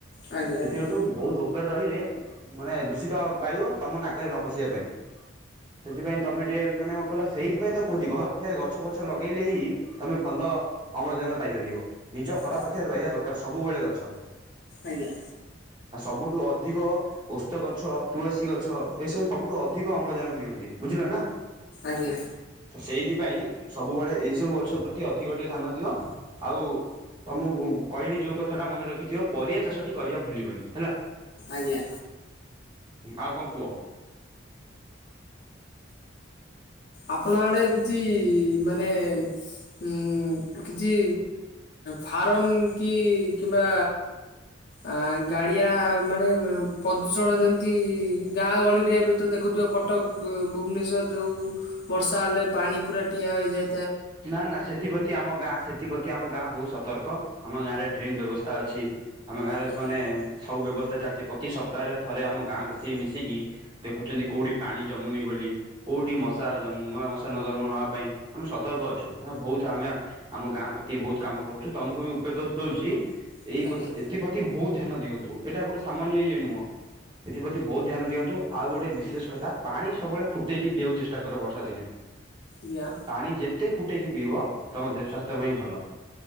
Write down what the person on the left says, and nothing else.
ଆଜ୍ଞା
ଆଜ୍ଞା
ଆ
ଆଜ୍ଞା।
ଆଜ୍ଞା।
ଆଜ୍ଞା।
ଆପଣ ଆଡ଼େ କିଛି ମାନେ ଉଁ କିଛି ଫାର୍ମ କି କିମ୍ବା ଆ ଗାଡ଼ିଆ ମାନେ ପ୍ରଦୂଷଣ ଯେମିତି ଗାଁ ଗହଳିରେ ଏବେ ତ ଦେଖୁଥିବ କ କଟକ, ଭୁବନେଶ୍ୱର ଯୋଉଁ ବର୍ଷା ହେଲେ ପାଣି ପୁରା ଠିଆ ହୋଇଯାଏ।
ଆଜ୍ଞା
ଆଜ୍ଞା
ଆଜ୍ଞା
ଇଆଁ।